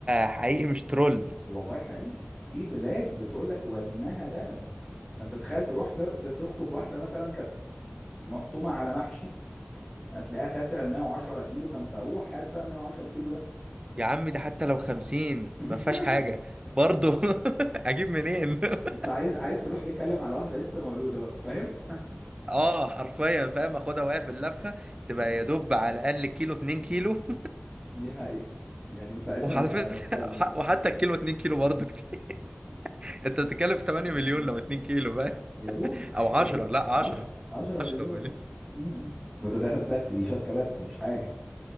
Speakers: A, on the right; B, in the centre.
A: حقيقي مش ترول
B: والله حقيقي في بلاد بتقول لك وزنها ذهب فأنت تخيل تروح ت- ت- تخطب واحدة مثلا كانت مفطومه على محشي هتلاقيها كسر ال 110 كيلو فانت روح هات بقى 110 كيلو ده
A: يا عم ده حتى لو خمسين
B: <laughs>
A: ما فيهاش حاجة برضه <laughs> اجيب منين <laughs>
B: انت عايز عايز تروح تتكلم على واحده لسه مولوده بقى فاهم
A: اه حرفيا فاهم اخدها وهي في اللفة تبقى يا دوب على الاقل كيلو اتنين كيلو
B: دي حقيقه يعني
A: <laughs>
B: وساعتها
A: وعلى
B: يبقى
A: فكرة
B: نتكلم
A: ح- وحتى الكيلو اتنين كيلو برضه كتير <laughs> انت بتتكلم في 8
B: آه.
A: مليون لو اتنين كيلو فاهم
B: يا دوبك
A: او
B: يا
A: 10
B: دوبك
A: لا 10
B: 10 10 مليون
A: 10 مليون
B: اه م-م. وده دهب بس دي شبكه بس مش حاجه